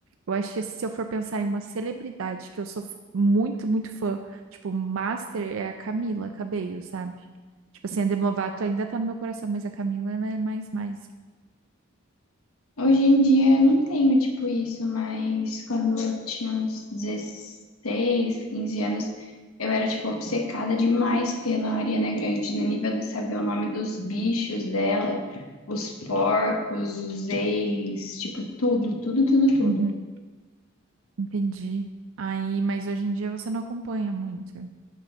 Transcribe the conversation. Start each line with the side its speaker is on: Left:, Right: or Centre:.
Right: Eu acho que se eu for pensar em uma celebridade que eu sou f- muito, muito fã, tipo, master é a Camila Cabello, sabe? Tipo assim, a Demi Lovato ainda tá no meu coração, mas a Camila, ela é mais, mais.
Left: Hoje em dia eu não tenho tipo isso, mas quando eu tinha uns 16, 15 anos, eu era tipo obcecada demais pela Ariana Grande, no nível de saber o nome dos bichos dela, os porcos, os ex, tipo tudo, tudo, tudo, tudo.
Right: Uhum, entendi. Aí, mas hoje em dia você não acompanha muito.